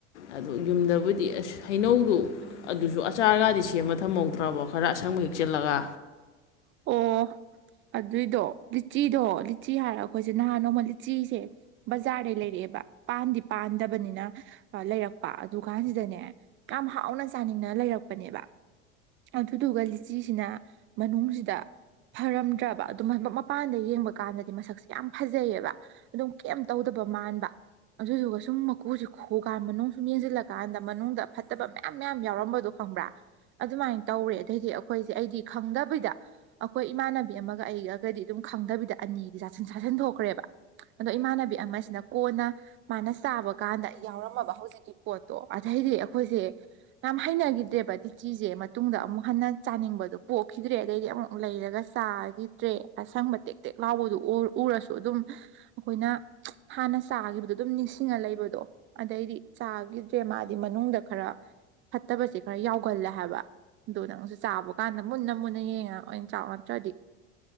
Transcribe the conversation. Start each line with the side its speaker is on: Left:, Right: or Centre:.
Left: ꯑꯗꯣ ꯌꯨꯝꯗꯕꯨꯗꯤ ꯑꯁ ꯍꯩꯅꯧꯗꯣ
Right: <unintelligible>
Left: ꯑꯗꯨꯁꯨ ꯑꯆꯥꯔꯒꯗꯤ ꯁꯦꯝꯃ ꯊꯝꯍꯧꯗ꯭ꯔꯕꯣ ꯈꯔ ꯑꯁꯪꯕ ꯍꯦꯛꯆꯤꯜꯂꯒ
Right: ꯑꯣ ꯑꯗꯨꯏꯗꯣ ꯂꯤꯆꯤꯗꯣ ꯂꯤꯆꯤ ꯍꯥꯏꯔ ꯑꯩꯈꯣꯏꯁꯦ ꯅꯍꯥꯟ ꯅꯣꯡꯃ ꯂꯤꯆꯤꯁꯦ ꯕꯖꯥꯔꯗꯩ ꯂꯩꯔꯛꯑꯦꯕ ꯄꯥꯟꯗꯤ ꯄꯥꯟꯗꯕꯅꯤꯅ ꯂꯩꯔꯛꯄ ꯑꯗꯨ ꯀꯥꯟꯁꯤꯗꯅꯦ ꯌꯥꯝ ꯍꯥꯎꯅ ꯆꯥꯅꯤꯡꯅ ꯂꯩꯔꯛꯄꯅꯦꯕ ꯑꯗꯨꯗꯨꯒ ꯂꯤꯆꯤꯁꯤꯅ ꯃꯅꯨꯡꯁꯤ__ ꯗ ꯐꯔꯝꯗ꯭ꯔꯥꯕ ꯑꯗꯨꯃꯥꯏ ꯃꯥ ꯃꯄꯥꯟꯗ ꯌꯦꯡꯕ ꯀꯥꯟꯗꯗꯤ ꯃꯁꯛꯁꯦ ꯌꯥꯝ ꯐꯖꯩꯌꯦꯕ ꯑꯗꯨꯝ ꯀꯩꯝ ꯇꯧꯗꯕ ꯃꯥꯟꯕ ꯑꯗꯨꯗꯨꯒ ꯁꯨꯝ ꯃꯀꯨꯖꯦ ꯈꯣ ꯀꯥꯟ ꯃꯅꯨꯡ ꯁꯨꯝ ꯌꯦꯡꯖꯜꯂꯀꯥꯟꯗ ꯃꯅꯨꯡꯗ ꯐꯠꯇꯕ ꯃꯌꯥꯝ ꯃꯌꯥꯝ ꯌꯥꯎꯔꯝꯕꯗꯣ ꯈꯪꯕ꯭ꯔꯥ ꯑꯗꯨꯃꯥꯏꯅ ꯇꯧꯔꯦ ꯑꯗꯩꯗꯤ ꯑꯩꯈꯣꯏꯁꯦ ꯑꯩꯗꯤ ꯈꯪꯗꯕꯤꯗ ꯑꯩꯈꯣꯏ ꯏꯃꯥꯟꯅꯕꯤ ꯑꯃꯒ ꯑꯩꯒꯒꯗꯤ ꯑꯗꯨꯝ ꯈꯪꯗꯕꯤꯗ ꯑꯅꯤꯗꯤ ꯆꯥꯁꯤꯟ ꯆꯥꯁꯤꯟ ꯊꯣꯛꯈ꯭ꯔꯦꯕ ꯑꯗꯣ ꯏꯃꯥꯟꯅꯕꯤ ꯑꯃꯁꯤꯅ ꯀꯣꯟꯅ ꯃꯥꯅ ꯆꯥꯕ ꯀꯥꯟꯗ ꯌꯥꯎꯔꯝꯃꯕ ꯍꯧꯖꯤꯛꯀꯤ__ ꯄꯣꯠꯇꯣ ꯑꯗꯩꯗꯤ ꯑꯩꯈꯣꯏꯁꯦ ꯌꯥꯝ ꯍꯩꯅꯒꯤꯗ꯭ꯔꯦꯕ ꯇꯤꯆꯤꯁꯦ ꯃꯇꯨꯡꯗ ꯑꯃꯨꯛ ꯍꯟꯅ ꯆꯥꯅꯤꯡꯕꯗꯣ ꯄꯣꯛꯈꯤꯗ꯭ꯔꯦ ꯑꯗꯩꯗꯤ ꯑꯃꯨꯛ ꯂꯩꯔꯒ ꯆꯥꯒꯤꯗ꯭ꯔꯦ ꯑꯁꯪꯕ ꯇꯦꯛ ꯇꯦꯛ ꯂꯥꯎꯕꯗꯨ ꯎ ꯎꯔꯁꯨ ꯑꯗꯨꯝ ꯑꯩꯈꯣꯏꯅ ꯍꯥꯟꯅ ꯆꯥꯒꯤꯕꯗꯣ ꯑꯗꯨꯝ ꯅꯤꯡꯁꯤꯡꯉ ꯂꯩꯕꯗꯣ ꯑꯗꯩꯗꯤ ꯆꯥꯒꯤꯗ꯭ꯔꯦ ꯃꯥꯗꯤ ꯃꯅꯨꯡꯗ ꯈꯔꯥ ꯐꯠꯇꯕꯁꯦ ꯈꯔ ꯌꯥꯎꯒꯜꯂꯦ ꯍꯥꯏꯕ ꯑꯗꯨꯅ ꯅꯪꯁꯨ ꯆꯥꯕ ꯀꯥꯟꯗ ꯃꯨꯟꯅ ꯃꯨꯟꯅ ꯌꯦꯡꯉꯥ ꯑꯣꯏꯅ__ ꯆꯧ ꯅꯠꯇ꯭ꯔꯥꯗꯤ